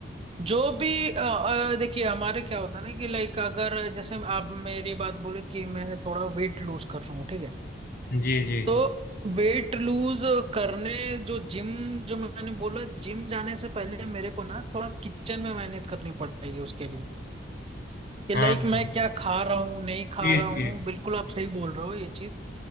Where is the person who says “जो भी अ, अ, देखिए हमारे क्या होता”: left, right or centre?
Right